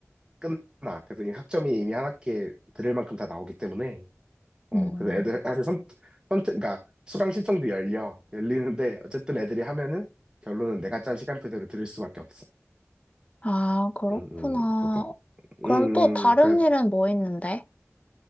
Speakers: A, on the right; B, on the left.
A: 끝나. 그래서 이 학점이 이미 한 학기에 들을 만큼 다 나오기 때문에 어,
B: 음.
A: 그래서 애들 사실 선, 선택, 그러니까 수강 신청도 열려 열리는데 어쨌든 애들이 하면은 결론은 내가 짠 시간표대로 들을 수밖에 없어.
B: 아, 그렇구나.
A: 음, 음, 그래서
B: 그럼
A: 음,
B: 또 다른
A: 음, 그래서
B: 일은 뭐 있는데?